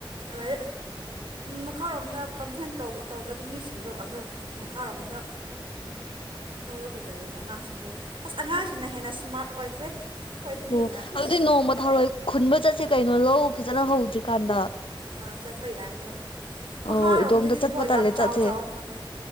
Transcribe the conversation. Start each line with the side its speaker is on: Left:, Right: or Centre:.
Right: ꯂꯩ ꯃꯈꯥꯔꯣꯝꯗ ꯄꯝꯐꯦꯟ ꯇꯧ ꯇꯧꯗ꯭ꯔꯕ ꯃꯤꯁꯤꯡꯗꯣ ꯑꯗꯨ ꯃꯈꯥꯔꯣꯝꯗ
Left: <inaudible>
Right: ꯂꯧꯔꯒ ꯂꯩꯔꯝꯃꯦ ꯑꯉꯥꯡꯁꯤꯡꯗꯣ ꯑꯁ ꯑꯉꯥꯡꯁꯤꯅ ꯍꯦꯟꯅ ꯁ꯭ꯃꯥꯔꯠ ꯑꯣꯏꯈ꯭ꯔꯦ ꯑꯩꯈꯣꯏꯗꯒꯤ
Left: ꯑꯣ
Right: ꯍꯦꯟꯅ
Left: ꯑꯗꯨꯗꯤ
Right: ꯑꯁ
Left: ꯅꯣꯡꯃ ꯊꯔꯣꯏ ꯈꯨꯟꯕ ꯆꯠꯁꯦ ꯀꯩꯅꯣ ꯂꯧ ꯐꯖꯅ ꯍꯧꯗ꯭ꯔꯤꯀꯥꯟꯗ
Right: ꯑꯥ ꯆꯠꯄ ꯌꯥꯏ ꯃꯈꯥꯔꯣꯝꯗꯒꯤꯗꯤꯀꯣ
Left: ꯑꯣ ꯏꯇꯣꯝꯇ ꯆꯠꯄ ꯇꯜꯂꯦ
Right: ꯌꯥꯝ ꯆꯥꯎ
Left: ꯆꯠꯁꯦ
Right: ꯆꯥꯎ ꯃꯥꯜꯂꯦ